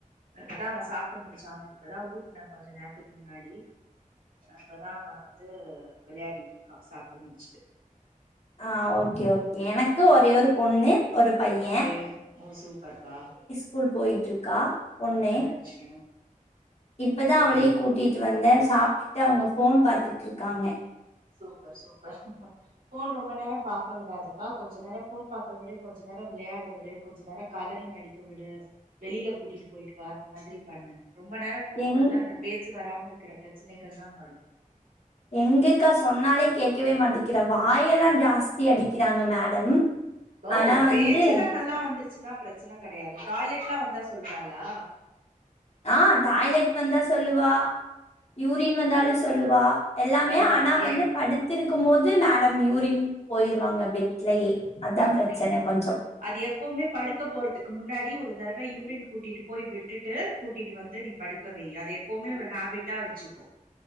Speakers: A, on the right; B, on the left.
A: இப்பதா அவன் சாப்ட்டு முடிச்சா அவனுக்கு இப்பதா ஊட்னே கொஞ்ச நேரத்துக்கு முன்னாடி அப்பதா அவன் வந்து வெளயாடிட்டு இருக்கா சாப்ட்டு முடிச்சுட்டு
B: ஆ ஓக்கே ஓக்கே எனக்கும் ஒரே ஒரு பொண்ணு ஒரு பையன்
A: ஓகே ஓ சூப்பர்ப்பா
B: கூல் போயிட்ருக்கா பொண்ணு
A: நல்ல விஷ்யோ
B: இப்பதா அவளையு கூட்டிட்டு வந்தே சாப்ட்டுட்டு அவங்க ஃபோன் பாத்துட்டு இருக்காங்க
A: சூப்பர் சூப்பர் ஃபோன் ரொம்ப நேரம் பாக்க விடாதப்பா கொஞ்ச நேரோ ஃபோன் பாக்க விடு கொஞ்ச நேரோ விளையாட விடு கொஞ்ச நேரோ கலரிங் அடிக்க விடு வெளியில கூட்டிட்டு போயிட்டு வா அந்த மாதிரி பண்ணு ரொம்ப நேரம் ஃபோன்
B: எங்
A: பாத்தா அந்த பேச்சு வராம இருக்கிற பிரச்சனைகள் எல்லா வரும்
B: எங்கக்கா சொன்னாலே கேக்கவே மாட்டிங்கிறா வாயெல்லா ஜாஸ்தி அடிக்கிறாங்க மேடம்
A: பவ்
B: ஆனா
A: பேச்செல்லா
B: வந்து
A: நல்லா வந்துருச்சுன்னா பிரச்சன கெடயாது டாய்லெட்லா வந்தா சொல்றாலா
B: ஆ டாய்லெட் வந்தா சொல்லுவா யூரின் வந்தாலு சொல்லுவா எல்லாமே
A: பரவாயில்லயே
B: ஆனா வந்து படுத் திருக்கும் போது மேடம் யூரின் போயிருவாங்க பெட்லயே அதா
A: அப்பிடியா
B: பிரச்சன கொஞ்சோ
A: அது எப்பவுமே படுக்க போறதுக்கு முன்னாடி ஒரு தரவ யூரின் கூட்டிட்டு போய் விட்டுட்டு கூட்டிட்டு வந்து நீ படுக்க வை அது எப்பவுமே ஒரு ஹேபிட்டா வச்சுக்கோ